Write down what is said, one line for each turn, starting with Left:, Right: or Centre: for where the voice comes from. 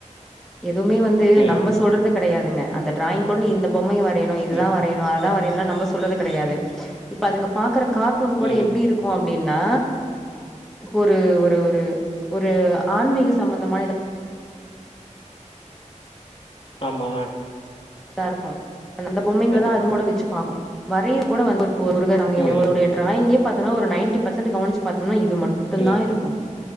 Centre: எதுவுமே வந்து
Left: ம்
Centre: நம்ம சொல்றதுக் கெடையாதுங்க அந்த டிராயிங் கொண் இந்த பொம்மையு வறையணு இதுதா
Left: ம்
Centre: வ றையனு அதுதா வறையனுன்லா நம்ம சொல்றது கெடையாது இப்ப அதுங்க பாக்குற கார்ட்டூன் கூட
Left: ம்
Centre: எப்டி இருக் கு அப்டின்னா இப்ப ஒரு ஒரு ஒரு ஒரு ஆன்மீக சம்பந்தமான எதா
Left: ஆமா
Centre: இதா இருக்கு அந்த பொம்மைங்களதா
Left: கண்டிப்பா
Centre: அதுங் கூட வச்சு பாக்கு வரைய கூட வந்து ஒரு முருகர் பொ சாமி
Left: ம்
Centre: அவரோடைய
Left: ம்
Centre: டிராயிங்கே பாத்தனா ஒரு நயன்ட்டி பர்சன்ட் கவனிச் பாத்தனா இது மட்டுந்தா
Left: ம்
Centre: இருக் கு